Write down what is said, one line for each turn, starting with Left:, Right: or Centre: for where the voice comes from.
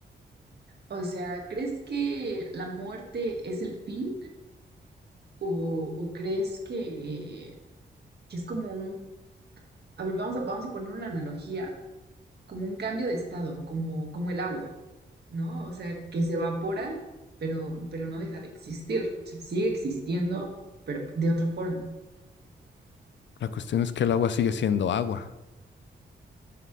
Right: O sea, ¿crees que la muerte es el fin? ¿O, o crees que, que es como un, a ver, vamos a, vamos a poner una analogía, como un cambio de estado, como, como el agua, ¿no? O sea, que se evapora, pero, pero no deja de existir. O sea, sigue existiendo, pero de otra forma.
Left: La cuestión es que el agua sigue siendo agua,